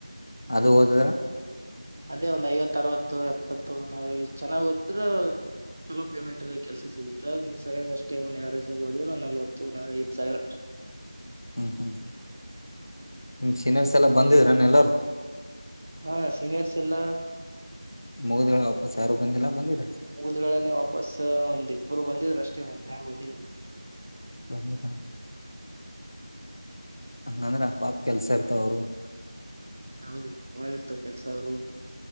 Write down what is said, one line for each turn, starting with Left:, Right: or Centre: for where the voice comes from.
Left: ಅದು ಓದದ್ರ
Right: ಅದೇ ಒಂದ್ ಐವತ್ತ ಅರವತ್ತ ಎಪ್ಪತ್ತು ನಾವ ಚೆನ್ನಾಗ ಓದಿದ್ರ. ಚಲೋ ಪೇಮೆಂಟ್ ಅಲ್ಲ ಕೆಲ್ಸ ಸಿಗತ್ತ ನಿ ಸರಿಯ ಅಷ್ಟೇ ಎವರೇಜ್ ಆಗ ಓದಿದ್ರ ಒ ನಲ್ವತ್ತು ಐವತ್ತಸಾವಿರ
Left: ಹ್ಮ ಹ್ಮ ನಿಮ್ಮ ಸೀನಿಯರ್ಸ್ ಎಲ್ಲ ಬಂದಿದ್ರನ ಎಲ್ಲರು.
Right: ಹಾ ಸೀನಿಯರ್ಸ್ ಎಲ್ಲಾ
Left: ಮುಗಿದಗಳೆ ವಾಪಸ್ ಯಾರು ಬಂದಿಲ್ಲ ಬಂದಿದ್ರ್
Right: ಮುಗದಗಳನೆ ವಾಪಸ್ ಒಂದ ಇಬ್ಬರ ಬಂದಿದ್ರು ಅಷ್ಟೇ ಮತ್ತ್ ಯಾರು ಬಂದಿಲ್ಲ
Left: ಬಂದಿಲ್ಲಾ ಹಂಗಂದ್ರೆಂಗ ಪಾಪ್ ಕೆಲ್ಸ ಇರ್ತಾವವ್ರು
Right: ಹೌದ್ರಿ ಪಾಪ್ ಬಾಳ ಇರ್ತವ ಕೆಲ್ಸ ಅವ್ರು